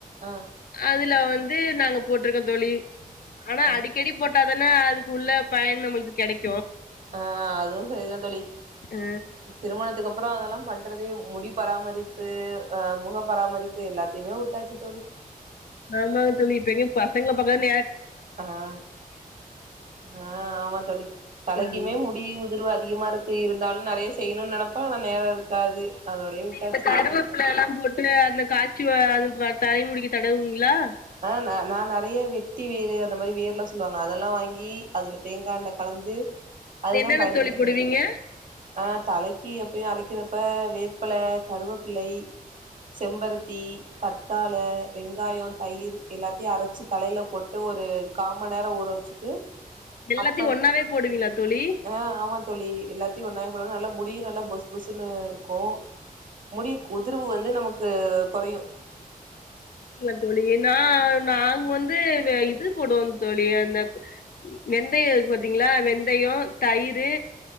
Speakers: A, on the right; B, on the left.
A: ஆ
B: அதுல வந்து நாங்க போட்டிருக்கோம் தோழி ஆனா
A: ஆ
B: அடிக்கடி போட்டா அதுக்கு உள்ள பயன் நமளுக்கு கெடைக்கும்
A: ஆஹ் அதுவும் சரிதான் தோழி
B: அ
A: திருமணத்துக்கு அப் அப்புறம் அதெல்லாம் பண்றதே முடி பராமரிப்பு ஆஹ் முக பராமரிப்பு எல்லாத்தையுமே வுட்டாச்சு தோழி
B: ஆமாங்க தோழி இப்ப எங்க பசங்க பக்கம்
A: ஆஹ் ஆஹ் ஆமா தோழி தலைக்குமே
B: ஆமா
A: முடி உதிர்வு அதிகமா இருக்கு இருந்தாலும் நறைய செய்யணும்னு நினைப்பா நேரம் இருக்காது அதோடயே வுட்டாச்சு
B: இந்த கருவேப்புள்ள
A: எல்லாத்தையு
B: எல்லாம் போட்டு அந்த காச்சி தரைமுடிக்கு தடவுவீங்களா
A: ஆஹ் நான் நறைய வெட்டி வேறு அந்த மாரி வேர் எலாம் சொல்லுவாங்க அதெல்லாம் வாங்கி அதுல தேங்காஎண்ண கலந்து
B: அது
A: அதுதான்
B: என்னென்ன
A: பயன்படுத்துறேன்
B: தோழி போடுவீங்க
A: ஆஹ் தலைக்கு எப்பயும் அரைக்கிற அப்ப வேப்பளை கருவேப்பிள்ளை செம்பருத்தி கத்தாழ வெங்காயம் தயிர் எல்லாத்தையும் அரைச்சி தலையில போட்டு ஒரு காம நேரம் ஊற வச்சு ம்
B: எல்லாத்தையு
A: அப்பறம்
B: ஒன்னாவே போடுவீங்களா தோழி
A: ஆஹ் ஆமா தோழி எல்லாத்தையும் ஒன்னாய போட நல்ல முடியு நல்லா புஸ் புஸ்னு இருக்கும் முடிய உதிர்வு வந்து நமக்கு கொறையும்
B: ங்களா தோழி நான் நாங்க வந்து இது போடுவோம் தோழி அந்த வெந்தயம் பாத்தீங்களா வெந்தயம் தயிரு